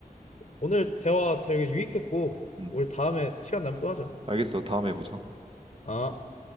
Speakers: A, on the left; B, on the right.
A: 오늘 대화 되게 유익했고
B: 음,
A: 우리 다음에 시간 나면 또 하자.
B: 알겠어. 다음에 보자.
A: 아.